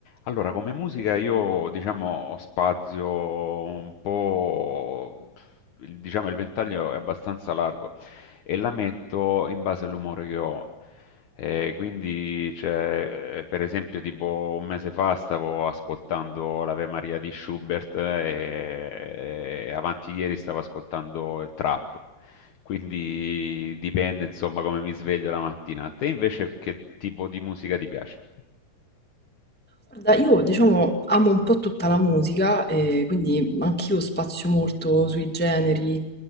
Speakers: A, on the left; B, in the centre.
A: Allora, come musica io diciamo ho spazio un po', il- diciamo il ventaglio è abbastanza largo e la metto in base all'umore che ho. Eh, quindi, c'è, eh, per esempio, tipo un mese fa stavo ascoltando l'Ave Maria di Schubert e, e avanti ieri stavo ascoltando il trap. Quindi dipende insomma come mi sveglio la mattina. A te invece che tipo di musica ti piace?
B: Guarda, io diciamo amo un po' tutta la musica, e quindi anch'io spazio molto sui generi.